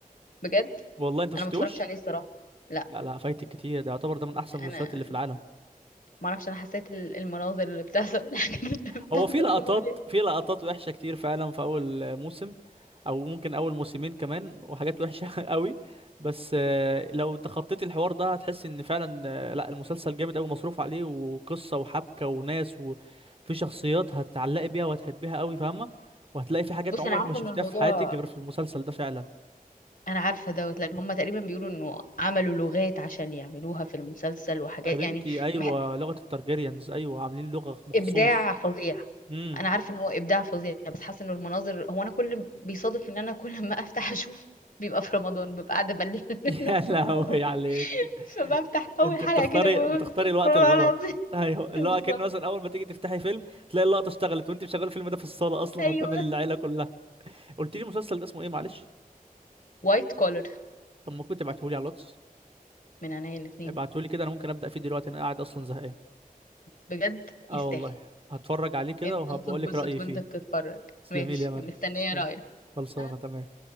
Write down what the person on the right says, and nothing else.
والله انت ما
شفتوش
لا لا فايتك كتير ده يعتبر ده من احسن المسلسلات
اللي في العالم
هو
في لقطات
في لقطات وحشة كتير فعلا في أول موسم أو ممكن أول موسمين كمان وحاجات وحشة <laughs> قوي بس آه، لو تخطيت الحوار ده هتحس إن فعلا آه، لا المسلسل جامد أوي مصروف عليه وقصة وحبكة وناس وفي شخصيات هتتعلقي بيها وهتحبيها أوي فاهمة وهتلاقي في حاجات
عمرك
ما شفتها
في حياتك غير في المسلسل ده فعلا
يا بنتي
أيوة
لغة التارجيريانز أيوة عاملين لغة مخصوص
امم
<laughs> يا لهوي
عليك
انت
بتختاري
بتختاري
الوقت الغلط
ايوه
اللي
هو كان مثلا اول ما تيجي تفتحي فيلم تلاقي اللقطه اشتغلت وانت مشغل الفيلم ده في الصاله اصلا
قدام العيله كلها قلت لي المسلسل ده اسمه ايه معلش
طب ممكن تبعته لي على الواتس
ابعته لي كده انا ممكن ابدا فيه دلوقتي انا قاعد اصلا زهقان
اه
والله هتفرج عليه كده
وهبقول
لك رايي
فيه
تسلمي
لي يا مريم
تسلمي
خلصانه
تمام